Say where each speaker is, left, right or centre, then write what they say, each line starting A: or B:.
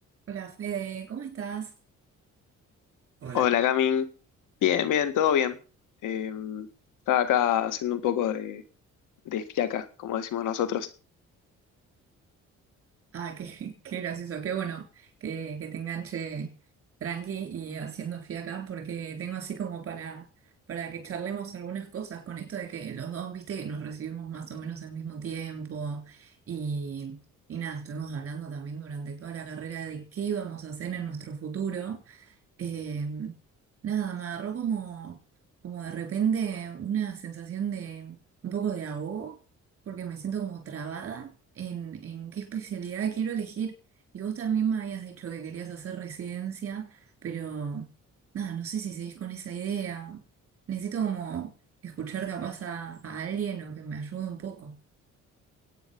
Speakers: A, on the right; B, on the left.
A: Hola Fede, ¿cómo estás? Hola,
B: Hola, Camin. Bien, bien, todo bien. Eh, estaba acá haciendo un poco de, de fiaca, como decimos nosotros.
A: Ah, qué, <laughs> qué gracioso, qué bueno que, que te enganche tranqui y haciendo fiaca porque tengo así como para, para que charlemos algunas cosas con esto de que los dos, viste, que nos recibimos más o menos al mismo tiempo y, y nada, estuvimos hablando también durante toda la carrera de qué íbamos a hacer en nuestro futuro Eh, nada, me agarró como, como de repente una sensación de un poco de ahogo, porque me siento como trabada en, en qué especialidad quiero elegir. Y vos también me habías dicho que querías hacer residencia, pero nada, no sé si seguís con esa idea. Necesito como escuchar capaz a, a alguien o que me ayude un poco.